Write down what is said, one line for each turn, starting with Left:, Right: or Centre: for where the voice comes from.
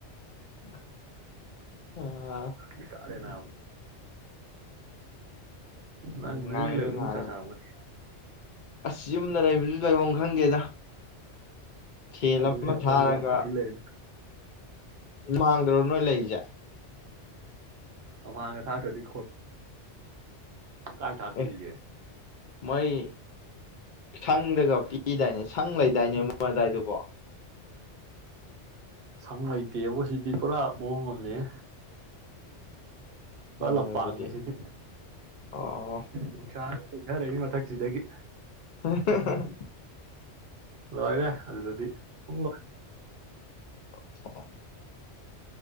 Left: ꯍ ꯑꯥ
Right: ꯏꯀꯥꯔꯦ ꯅꯥꯕ ꯅꯪ ꯅ
Left: ꯉꯥꯏꯌꯣ
Right: ꯌꯨꯝꯗ ꯂꯩꯕꯗꯣ
Left: ꯉꯥꯏꯌꯣ
Right: ꯅꯨꯡꯁꯥ ꯁꯥꯔꯝꯒꯅꯤ
Left: ꯑꯁ ꯌꯨꯝꯗ ꯂꯩꯕꯗꯨꯁꯨ ꯂꯩꯐꯝ ꯈꯪꯗꯦꯗ ꯁꯦꯜ
Right: ꯑꯗꯨꯅꯦ
Left: ꯑꯃ
Right: ꯑꯩꯈꯣꯏꯗꯤ
Left: ꯊꯥꯔꯒ
Right: ꯂꯝꯍꯥꯡꯗ ꯂꯩꯔꯤꯅꯤ
Left: ꯃꯥꯡꯗ꯭ꯔꯣ ꯅꯣꯏ ꯂꯩꯔꯤꯁꯦ
Right: ꯥꯡ ꯊ ꯁꯥꯇꯣꯗꯤ ꯀꯥꯏ ꯊꯥꯛꯇꯣꯔꯤꯒꯦ
Left: ꯑꯦ ꯃꯥꯏ ꯁꯪꯗꯒ ꯄꯤꯗꯥꯅꯦ ꯁꯪ ꯂꯩꯗꯥꯏꯅꯦ ꯃꯣꯏ ꯑꯗꯨꯗꯥꯏꯗꯨꯕꯣ
Right: ꯁꯪ ꯂꯩꯇꯦꯕꯨ ꯁꯤꯗꯤ ꯄꯨꯔꯥ ꯃꯋꯣꯡ ꯑꯝꯅꯤꯍꯦ ꯄꯨꯔꯥ
Left: ꯌꯦꯡꯉꯣ
Right: ꯂꯝ ꯄꯥꯛꯅꯤ
Left: ꯑꯗꯨꯗꯤ
Right: ꯁꯤꯗꯤ
Left: ꯑꯣ
Right: ꯅꯨꯡꯁꯥꯡ ꯄꯤꯊꯔꯛꯏ ꯃꯊꯛꯁꯤꯗꯒꯤ
Left: ꯎꯍꯨꯍꯨꯝ
Right: ꯂꯣꯏꯔꯦ ꯑꯗꯨꯗꯗꯤ ꯄꯨꯡꯂꯣꯏ
Left: <inaudible>